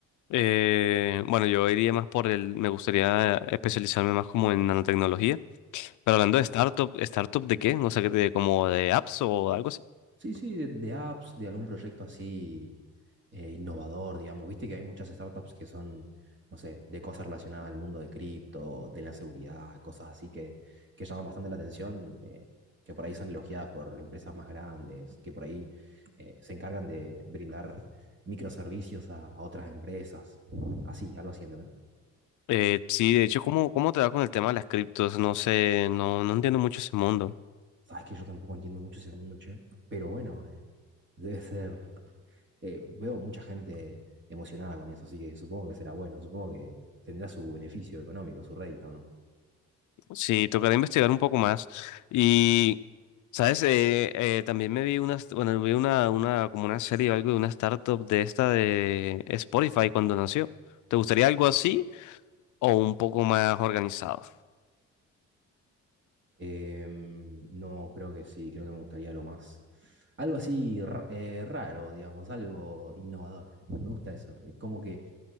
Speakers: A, on the left; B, on the right.
A: Eh, bueno, yo iría más por el, me gustaría especializarme más como en nanotecnología. Pero hablando
B: Ajá.
A: de startup, ¿startup de qué? No sé, de, como de apps o algo así.
B: Sí, sí, de, de apps, de algún proyecto así eh, innovador, digamos. Viste que hay muchas startups que son, no sé, de cosas relacionadas al mundo de cripto, de la seguridad, cosas así que, que llaman bastante la atención, eh, que por ahí son elogiadas por empresas más grandes, que por ahí eh, se encargan de brindar microservicios a, a otras empresas. Así, algo así, ¿entendés?
A: Eh, sí, de hecho, ¿cómo, cómo te va con el tema de las criptos? No sé, no, no entiendo mucho ese mundo.
B: Sabes que yo tampoco entiendo mucho ese mundo, che. Pero bueno, eh, debe ser eh, veo mucha gente emocionada con eso, así que supongo que será bueno, supongo que tendrá su beneficio económico, su rédito, ¿no?
A: Sí, tocará investigar un poco más. Y, ¿sabes? Eh, eh, también me vi una, bueno, vi una, una, como una serie o algo de una startup de esta de Spotify cuando nació. ¿Te gustaría algo así o un poco más organizado?
B: Em, no, creo que sí, creo que me gustaría lo más. Algo así ra- eh, raro, digamos, algo innovador. Me gusta eso. eh, Como que,